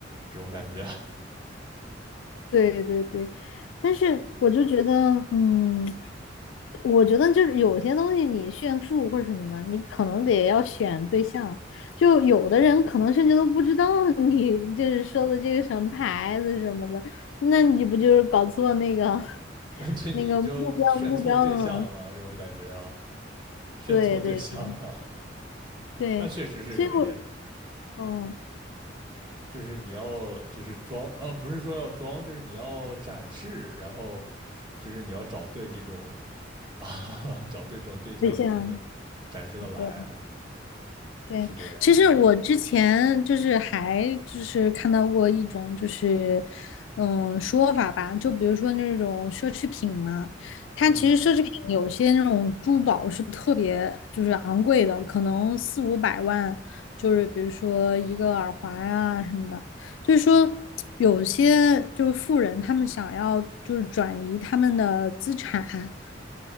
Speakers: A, on the right; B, on the left.
A: 这种感觉。
B: 对对对，但是我就觉得，嗯，我觉得就是有些东西你炫富或者什么的，你可能得要选对象。就有的人可能甚至都不知道 <laughs> 你就是说的这个什么牌子什么的，那你不就是搞错那个 <laughs>
A: <laughs> 对你就炫错对象了，
B: 那个目标目标了吗？
A: 这种感觉啊，炫错对象了，
B: 对对对
A: <laughs>
B: 对，
A: 那确实是有一点，
B: 所以我，嗯，
A: 就是你要就是装，呃，不是说要装，就是你要展示，然后就是你要找对这种 <laughs> 啊，找对这种对象，
B: 对象。
A: 你才能展示的来，
B: 对。
A: 嗯，
B: 对，
A: 是这个样子的，
B: 其实我之前就是还就是看到过一种就是嗯说法吧，就比如说那种奢侈品嘛，它其实奢侈品有些那种珠宝是特别就是昂贵的，
A: 嗯，
B: 可能四五百万，就是比如说一个耳环啊什么的，就是说有些就是富人他们想要就是转移他们的资产。